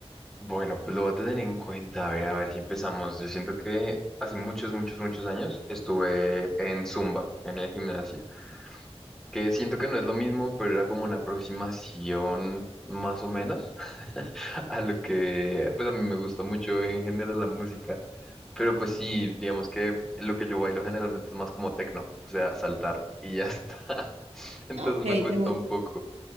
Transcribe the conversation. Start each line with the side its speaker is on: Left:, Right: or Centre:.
Centre: Bueno, pues lo voy a tener en cuenta. A ver, a ver si empezamos. Yo siento que hace muchos, muchos, muchos años estuve en Zumba, en el gimnasio, que siento que no es lo mismo, pero era como una aproximación más o menos <laughs> a lo que, pues a mí me gusta mucho en general la música. Pero pues sí, digamos que lo que yo bailo generalmente es más como techno o sea, saltar y ya está. <laughs> Entonces
Right: Ok, te
Centre: me cuesta
Right: gusta-
Centre: un poco.